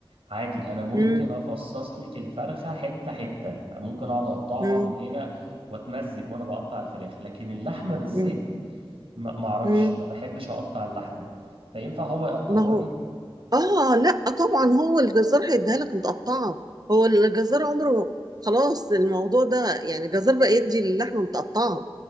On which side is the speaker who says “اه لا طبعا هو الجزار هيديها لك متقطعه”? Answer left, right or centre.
Right